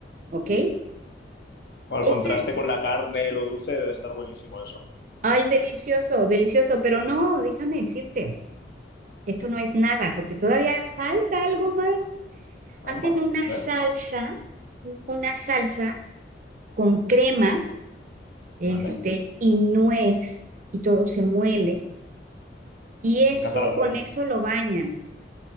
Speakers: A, on the right (about 45°); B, on the left (about 60°).
A: ¿ok?
B: O el
A: Ese,
B: contraste con la carne, lo dulce, debe estar buenísimo eso.
A: ay, delicioso, delicioso, pero no, déjame decirte, esto no es nada, porque todavía falta algo más.
B: Amba,
A: Hacen una
B: a ver.
A: salsa, una salsa con crema, este,
B: Vale.
A: y nuez, y todo se muele, y eso,
B: Me encanta la nuez.
A: con eso lo bañan.